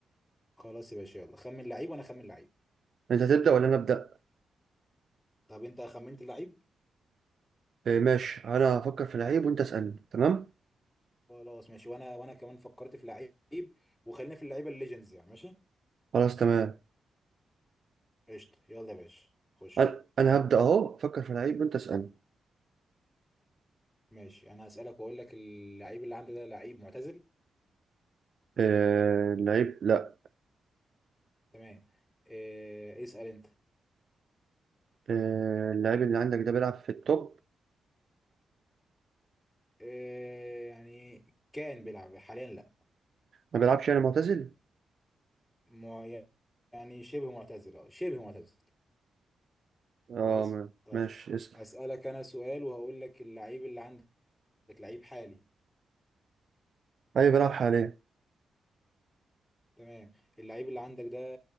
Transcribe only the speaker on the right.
انت هتبدأ ولا انا ابدأ
آه، ماشي انا هفكر في لعيب وانت اسألني تمام
خلاص تمام
انا أنا هبدأ اهو افكر في لعيب وانت اسألني
آه... اللعيب لا
آه... اللعيب اللي عندك ده بيلعب في التوب
ما بيلعبش يعني معتزل
اه
ما-
ماشي اسأل
ايوه بيلعب حاليا